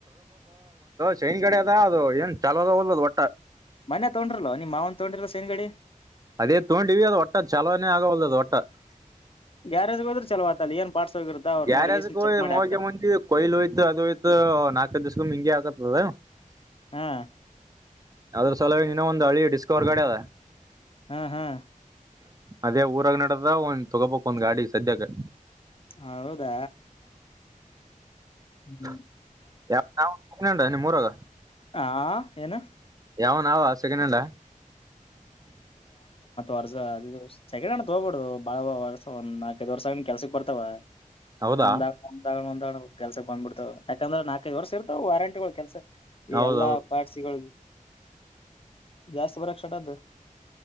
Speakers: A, on the right (about 25°); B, on the left (about 45°).
A: ಚೈನ್ ಗಾಡಿ ಅದ ಅದು ಏನ್ ಚಲೋದ ಹೊಲ್ಲದು ಒಟ್ಟ
B: ಮನೆಯ ತಗೊಂಡ್ರಲ್ ನಿಮ್ಮ ಮಾವನ್ ತಗೊಂಡ್ರಿಲ್ಲ ಶೈನ್ ಗಾಡಿ
A: ಅದೇ ತೊಗೊಂಡಿವಿ ಅದು ಒಟ್ಟ ಚಾಲೋನೇ ಆಗವಲ್ದು <inaudible>
B: ಗ್ಯಾರೇಜ್ ಹೋಡ್ರು ಚಲೋತ ಅಲ್ಲಿ ಏನ್ ಪಾರ್ಟ್ಸ್ ಹೋಗಿರುತ್ತ ಅವ್ರು
A: ಗ್ಯಾರೇಜ್
B: ನೋಡಿ ಎಷ್ಟ್
A: ಹೋಮೋಗೆ
B: ಚೆಕ್ ಮಾಡಿ ಹಾಕ್ತಾರ
A: ಮುಂದಿ ಕೊಯ್ಲು ಹೋಯ್ತು ಅದು ಹೋಯ್ತು ನಲ್ಕ ಐದು ದಿವಸ ಇಂಗೆ ಆಕತ್ತ <unintelligible>
B: ಹ್ಮ್
A: ಅದ್ರ ಸಲ ಇನೋ ಒಂದ್ ಹಳೆ ಡಿಸ್ಕವರ್ ಗಾಡಿ ಅದ
B: ಹ್ಮ್ ಹ್ಮ್
A: ಅದೇ ಊರಾಗ ನೆಡದ ಒಂದ್ ತೊಗೋಬೇಕು ಒಂದ್ ಗಾಡಿ ಸದ್ಯಕ್ಕೆ
B: ಹ ಹೌದಾ ಹ್ಮ್
A: <unintelligible> ನಿಮ್ಮೂರಾಗ
B: ಹಾ ಏನು
A: ಯಾವನಾವ ಸೆಕಂಡ್ ಹ್ಯಾಂಡಲ್ ಆ
B: ವರ್ಷ ಅದು ಸೆಕಂಡ್ ಹ್ಯಾಂಡಲ್ ತಗೋಬೋಡುದು ಬಾಳ ವರ್ಷ್ ಒಂದ ನಾಲ್ಕೈದು ವರ್ಷ ಆಗ ಕೆಲ್ಸಕ್ ಬರ್ತಾವ
A: ಹೌದಾ
B: ಒಂದ ಒಂದ ಕೆಲ್ಸಕ್ ಬಂದ್ಬಿಡ್ತಾವ ಯಾಕಂದ್ರೆ ನಾಲ್ಕೈಐದು ವರ್ಷ ಇರ್ತಾವ ವಾರಂಟಿಗಳು ಕೆಲ್ಸ ಈ
A: ಹೌದೌದು
B: ಎಲ್ಲಾ ಪಾಡ್ಸಿಗಳಿಗೆ ಜಾಸ್ತಿ ಬರಕ್ ಸ್ಟಾರ್ಟ್ ಆದ